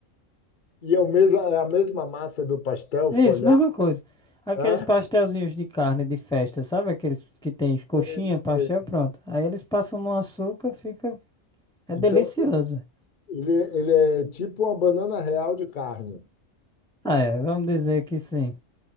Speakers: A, on the left; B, in the centre.
A: e é, o mesmo, é a mesma massa do pastel
B: Isso,
A: folhado,
B: mesma coisa. Aqueles
A: é?
B: pastelzinhos de carne de festa, sabe? Aqueles que tem
A: Sei,
B: coxinha, pastel,
A: sei.
B: pronto. Aí eles passam no açúcar, fica. É
A: Então,
B: delicioso. velho.
A: ele, é, ele é tipo uma banana real de carne.
B: Ah, é, vamos dizer que sim.